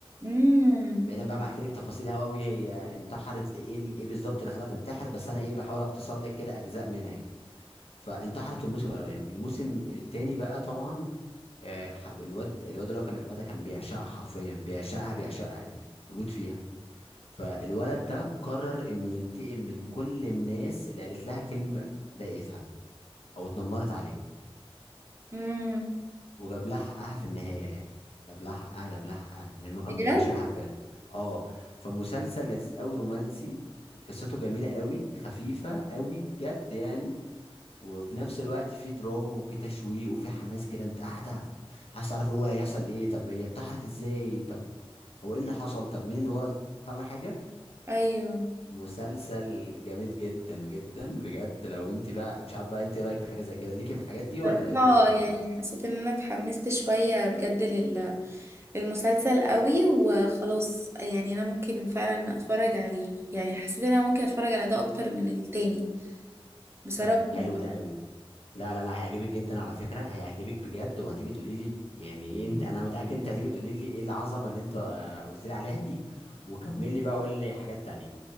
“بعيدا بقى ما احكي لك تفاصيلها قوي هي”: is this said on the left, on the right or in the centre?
Left